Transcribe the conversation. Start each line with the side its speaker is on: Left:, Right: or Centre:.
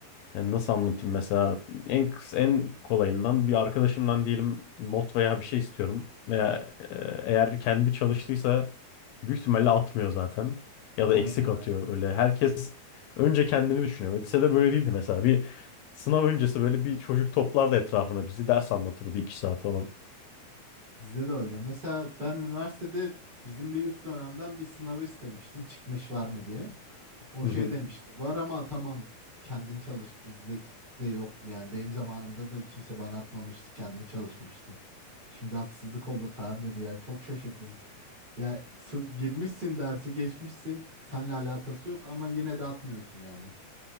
Left: Yani nasıl anlatayım mesela en kıs en kolayından bir arkadaşımdan diyelim not veya bir şey istiyorum veya e, eğer kendi çalıştıysa büyük ihtimalle atmıyor zaten ya da
Right: Aynen.
Left: eksik atıyor
Right: aynen.
Left: böyle herkes önce kendini düşünüyor. Lisede böyle değildi mesela bir sınav öncesi böyle bir çocuk toplardı etrafına bizi ders anlatırdı iki saat falan.
Right: Bizde de öyle. Mesela ben üniversitede bizim bir üst dönemden bir sınavı istemiştim. Çıkmış var mı diye. O
Left: Hı
Right: şey
Left: hı.
Right: demişti. Var ama tamam kendin çalış bizde de yoktu. Yani benim zamanımda da kimse bana atmamıştı. Kendim çalışmıştım. Şimdi haksızlık olur falan dedi. Yani çok şaşırdım. Yani sı- girmişsin dersi geçmişsin. Seninle alakası yok ama yine de atmıyorsun yani.